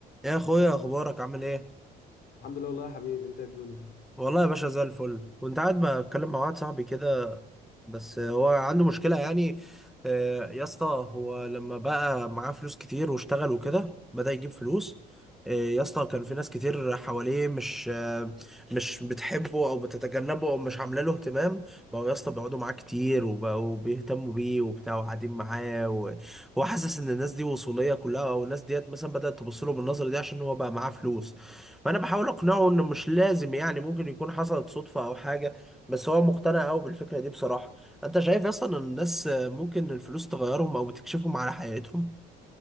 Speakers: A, in the centre; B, on the left.
A: إيه يا اخويا اخبارك عامل ايه
B: الحمد لله والله يا حبيبي انت ايه الدنيا
A: والله يا باشا زي الفل كنت قاعد بتكلم مع واحد صاحبي كده بس هو عنده مشكله يعني آه، يا اسطى هو لما بقى معاه فلوس كتير واشتغل وكده بدأ يجيب فلوس آه، يا اسطى كان في ناس كتير حواليه مش آه، مش بتحبه او بتتجنبه او مش عامله له اهتمام بقوا يا اسطى بيقعدوا معاه كتير وبقوا بيهتموا بيه وبتاع وقاعدين معاه و- وهو حاسس ان الناس دي وصوليه كلها او الناس ديت مثلا بدأت تبص له بالنظره دي عشان هو بقى معاه فلوس فانا بحاول اقنعه انه مش لازم يعني ممكن يكون حصلت صدفه او حاجه بس هو مقتنع قوي بالفكره دي بصراحه انت شايف اصلا ان الناس ممكن الفلوس تغيرهم او بتكشفهم على حياتهم